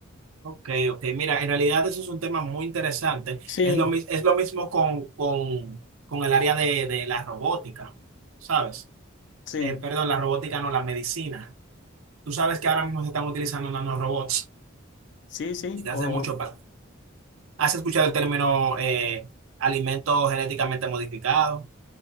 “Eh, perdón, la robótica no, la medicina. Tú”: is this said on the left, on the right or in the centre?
Right